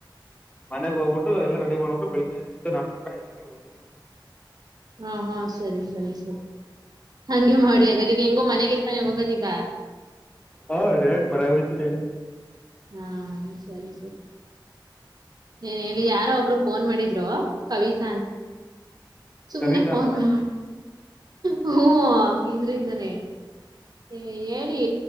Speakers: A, on the left; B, on the right.
A: ಮನೆಗಗ್ ಹೋಗ್ಬಿಟ್ಟು ಎಲ್ಲಾ ರೆಡಿ ಮಾಡ್ಬಿಟ್ಟು ಬೆಳಗ್ ಎದ್ದ ನಾಲ್ಕವರೆ ಐದ್ ಗಂಟೆಗೆ ಹೋಗ್ತೀನಿ
B: ಹಾ ಹಾ ಸರಿ ಸರಿ ಸರಿ ಹಂಗೆ ಮಾಡಿ ಅಗದ ಈಗ ಹೆಂಗೋ ಮನೆಗೆ ತಾನ ಹೋಗದೀಗ
A: ಹಾ ಡೈರೆಕ್ಟ್ ಮನೆಗೆ ಹೋಗ್ತೀನಿ ಈಗ
B: ಹಾ ಸರಿ ಸರಿ ನೀಏನ್ ಹೇಳಿ ಯಾರೋ ಒಬ್ರು ಫೋನ್ ಮಾಡಿದ್ರು ಕವಿತ ಸುಮ್ನೆ
A: ಕವಿತಾ
B: ಫೋನವ.
A: ಅಂತನ
B: ಹ್ಮ ಇದ್ರಿಂದಾನೇ. ಏ ಹೇಳಿ